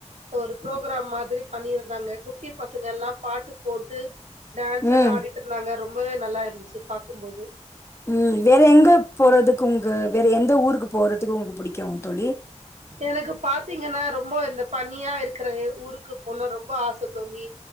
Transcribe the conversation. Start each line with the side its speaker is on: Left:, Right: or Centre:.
Right: ஒரு ப்ரோக்கிராம் மாதிரி பண்ணியிருந்தாங்க குட்டி பசங்க எல்லா பாட் டு போட்டு டான்ஸ்
Left: ம்
Right: எல்லா ஆடிட்டு இருந்தாங்க ரொம்பவே நல்லா இருந்துச்சு பாக்கும்போது
Left: ம் வேற எங்க போறதுக்கு உங்க வேற எந்த ஊருக்கு போறதுக்கு உங்ககு புடிக்கு தோழி
Right: எனக்கு பாத்தீங்கன்னா ரொம்ப இந்த பணியா இருக்குற ஊருக்கு போனு ரொம்ப ஆச தோழி